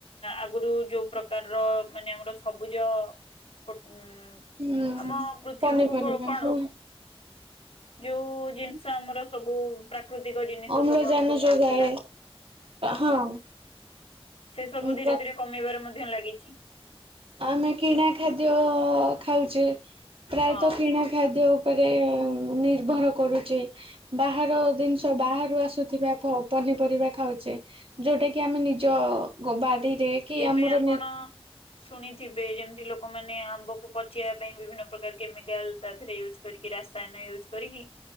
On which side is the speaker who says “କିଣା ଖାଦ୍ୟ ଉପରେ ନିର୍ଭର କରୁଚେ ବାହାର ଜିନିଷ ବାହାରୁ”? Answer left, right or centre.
Right